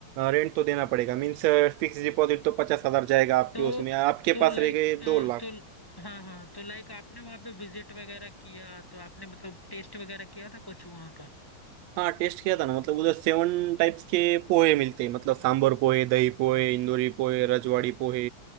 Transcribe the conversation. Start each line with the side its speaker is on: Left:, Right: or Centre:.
Right: रेंट तो देना पड़ेगा मीन्स फिक्स डिपॉजिट तो पचास हजार जाएगा आपके
Centre: तो
Right: उसमें आपके
Centre: तो
Right: पास
Centre: लाइक
Right: रह गए दो लाख
Centre: तो हाँ हाँ तो लाइक आपने वहाँ पे विजिट वगैरह किया तो आपने मतलब टेस्ट वगैरह किया था कुछ वहाँ का
Right: हाँ टेस्ट किया था ना मतलब उधर सेवन टाइप्स के पोहे मिलते हैं मतलब सांभर पोहे दही पोहे इंदूरी पोहे रजवाड़ी पोहे